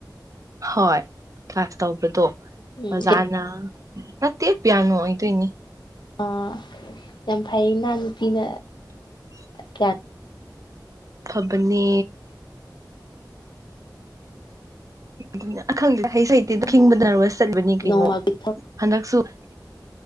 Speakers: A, on the right (about 50°); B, on the left (about 85°).
A: ꯍꯣꯏ ꯀ꯭ꯂꯥꯁ ꯇꯧꯕꯗꯣ
B: ꯎꯝ
A: ꯑꯣꯖꯅ ꯅꯇꯦ ꯄꯤꯌꯥꯅ ꯑꯣꯏꯗꯏꯅꯤ
B: ꯑꯥ ꯌꯥꯝ ꯐꯩ ꯏꯅꯥ ꯅꯨꯄꯤꯅ ꯀꯌꯥ
A: ꯐꯕꯅꯦ ꯑꯗꯨꯅ ꯑꯈꯪꯗꯦꯗ ꯍꯩ ꯁꯨ ꯍꯩꯇꯦꯗꯥ
B: ꯎꯝ
A: ꯈꯤꯕꯗꯥ ꯅꯔꯕꯁ ꯆꯠꯄꯅꯤ ꯀꯩꯅꯣ
B: ꯅꯣꯡꯃꯒꯤ
A: ꯍꯟꯗꯛꯁꯨ <inaudible>